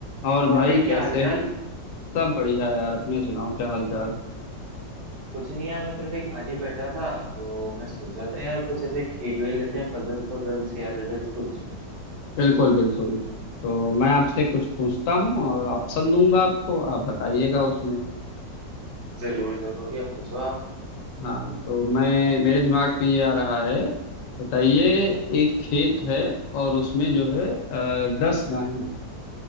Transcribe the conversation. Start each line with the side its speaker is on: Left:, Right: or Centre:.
Left: और
Right: और
Left: भाई
Right: भाई
Left: कैसे
Right: क्या हालचाल
Left: हो सब बढ़िया यार अपने सुनाओ क्या हाल चाल
Right: कुछ नहीं यार मैं तो ऐसे ही खाली बैठा था तो मैं सोच रहा था यार कुछ ऐसे खेल वेल लेते हैं पजल्स वजल्स या रिडल्स कुछ
Left: बिल्कुल बिल्कुल तो मैं आपसे कुछ पूछता हूँ और ऑप्शन दूंगा आपको आप बताइएगा उसमें
Right: जरूर जरूर या पूछो आप
Left: हाँ तो मैं मेरे दिमाग में ये आ रहा है बताइए एक खेत है और उसमें जो है अ, दस गायें हैं